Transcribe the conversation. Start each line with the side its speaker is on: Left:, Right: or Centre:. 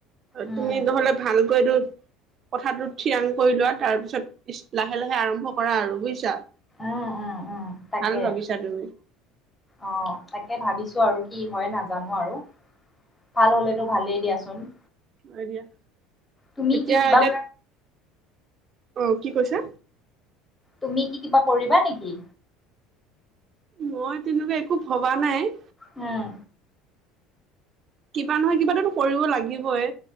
Left: উম
Right: তুমি নহ'লে ভালকৈ দু কথাটো থিয়াং কৰি লোৱা তাৰ পিছত লাহে লাহে আৰম্ভ কৰা আৰু বুজিছা।
Left: উম উম উম তাকে
Right: ভাল ভাবিছা তুমি
Left: আহ তাকে ভাবিছো আৰু কি হয় নাজানো আৰু ভাল হ'লেতো ভালেই দিয়াচোন
Right: দা
Left: তুমি
Right: এতিয়া
Left: কি কিবা
Right: এতিয়া অ কি কৈছা
Left: তুমি কি কিবা কৰিবা নেকি
Right: মই তেনেকুৱা একো ভবা নাই
Left: উম।
Right: কিবা নহয় কিবা এটা তু কৰিব লাগিবই হয়